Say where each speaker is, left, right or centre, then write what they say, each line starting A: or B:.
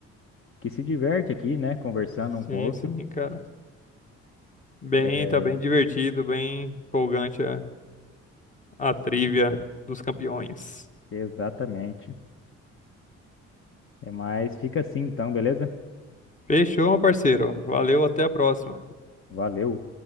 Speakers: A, on the left; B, on the left.
A: que se diverte aqui, né? Conversando um
B: Sim,
A: com o outro.
B: sim, cara. Bem,
A: É,
B: tá bem divertido, bem empolgante a, a trivia dos campeões.
A: exatamente. É, mas fica assim então, beleza?
B: Fechou, meu parceiro. Valeu, até a próxima.
A: Valeu.